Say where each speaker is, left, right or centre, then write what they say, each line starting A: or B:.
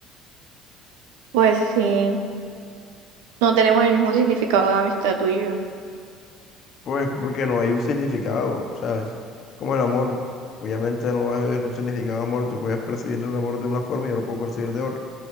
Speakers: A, on the right; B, on the left.
A: Pues sí, no tenemos el mismo significado de amistad tú y yo.
B: pues porque no hay un significado, ¿sabes? Como el amor, obviamente no va a haber un significado de amor, tú puedes percibir el amor de una forma y yo lo puedo percibir de otra.